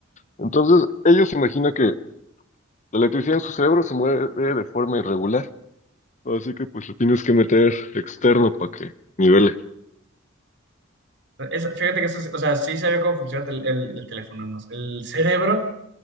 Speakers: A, on the left (about 35°); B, on the right (about 60°).
A: Entonces, ellos imaginan que la electricidad en su cerebro se mueve de forma irregular. Así que pues lo tienes que meter externo para que nivele.
B: Es- fíjate que eso, sí- o sea, sí sabía cómo funciona el, el- el teléfono más, el cerebro,